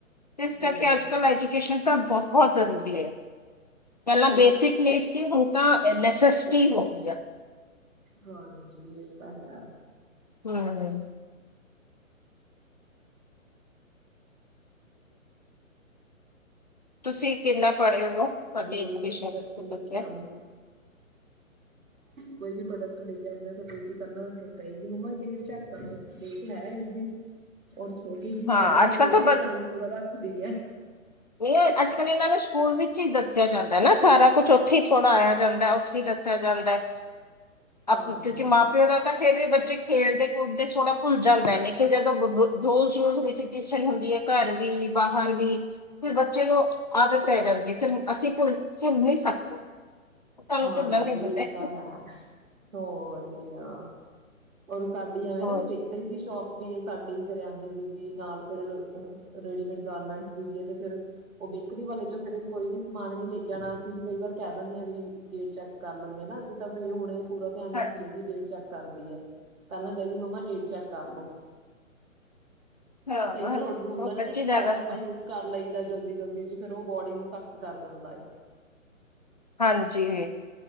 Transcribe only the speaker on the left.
ਇਸ ਕਰਕੇ
ਅੱਜ-ਕੱਲ
ਐਜੂਕੇਸ਼ਨ ਤਾਂ ਬਹੁਤ ਜ਼ਰੂਰੀ ਐ, ਪਹਿਲਾਂ ਬੇਸਿਕ ਨੀਂ ਸੀ ਹੁਣ ਤਾਂ ਨੈਸੇਸ ਕੀ ਹੋਗੀ ਆ।
ਹਂ। ਤੁਸੀਂ ਕਿੰਨਾ ਪੜ੍ਹੇ ਓ? ਤੁਆਡੀ
ਐਜੂਕੇਸ਼ਨ
ਕਿੱਥੋਂ
ਤੱਕ
ਐ?
<unintelligible>
ਹਾਂ
ਅੱਜ ਕੱਲ੍ਹ
ਤਾਂ
ਬ
ਨਈਂ ਅੱਜ-ਕੱਲ੍ਹ ਇਹਨਾਂ ਨੂੰ ਸਕੂਲ ਵਿੱਚ ਈ ਦੱਸਿਆ ਜਾਂਦਾ ਨਾ ਸਾਰਾ ਕੁਛ ਉੱਥੇ ਈ ਪੜ੍ਹਾਇਆ ਜਾਂਦਾ ਉੱਥੇ ਈ ਦੱਸਿਆ ਜਾਂਦਾ ਐ। ਆਪ
ਕਿਉਂਕਿ ਮਾਂ ਪਿਓ ਦਾ ਤਾਂ ਫ਼ਿਰ ਵੀ ਬੱਚੇ ਖੇਡਦੇ-ਕੂਦਦੇ ਥੋੜਾ ਭੁੱਲ ਜਾਂਦਾ ਐ ਲੇਕਿਨ ਜਦੋਂ ਰੋਸ ਰੋਜ਼ ਹੁੰਦੀ ਸੀਟੀਂਗ ਹੁੰਦੀ ਐ। ਘਰ ਵੀ ਬਾਹਰ ਵੀ ਫਿਰ ਬੱਚੇ ਨੂੰ ਆਦਤ ਪੈ ਜਾਂਦੀ ਐ ਫੇਰ ਅਸੀਂ ਭੁੱਲ ਭੁੱਲ ਨੀ ਸਕਦੇ। ਤੁਹਾਨੂੰ
ਘੁੰਮਣ ਲਈ ਮਿਲ ਜਾਏ
ਹੋਰ
ਹਾਂਜੀ
ਹਾਂ
ਉਹ
ਬੱਚੇ
ਜ਼ਿਆਦਾ
ਹਾਂਜੀ।